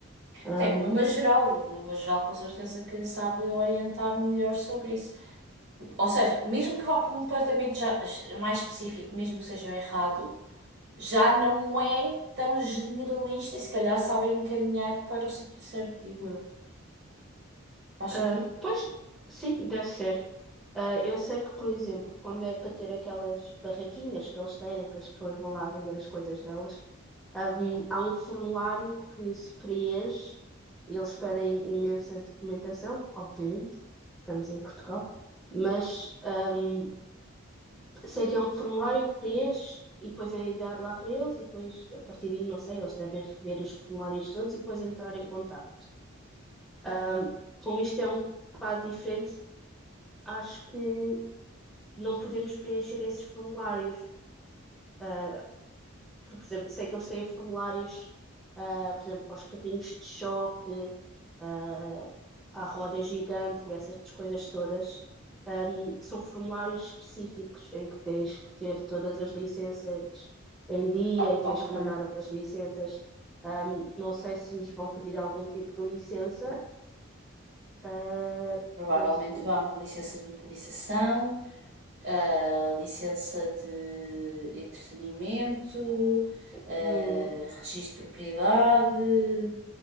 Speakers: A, in the centre; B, on the right.
A: Ahm,
B: Tem o número geral, e o número geral com certeza que sabe orientar melhor sobre isso. Ou seja, mesmo que vá para um departamento já- mais específico, mesmo que seja errado, já não é tão generalista e se calhar sabem encaminhar para o sítio certo, digo eu. Faz
A: ah,
B: sentido?
A: pois, sim, deve ser. Ah, eu sei que, por exemplo, quando é para ter aquelas barraquinhas que eles têm, que as pessoas vão lá vender as coisas delas, ahm, há um formulário que se preenche e eles pedem imensa documentação, obviamente, estamos em Portugal, mas ahm, sei que é um formulário que preenche e depois é enviado lá para eles e depois, a partir daí, não sei, eles devem rever os formulários todos e depois entrar em contato. Ahm, como isto é um bocado diferente, acho que não podemos preencher esses formulários. Ah, porque, por exemplo, sei que eles têm formulários, ah, por exemplo, para os carrinhos de choque, ah, à roda gigante e essas coisas todas. Ahm, são formulários específicos em que tens que ter todas as licenças em dia
B: Ah,
A: e tens
B: ok.
A: que mandar as licenças. Ahm, não sei se nos vão pedir algum tipo de licença. ah,
B: Provavelmente
A: portanto,
B: vão. Licença de utilização, ah, licença de entretenimento,
A: hum,
B: ah, registro de propriedade,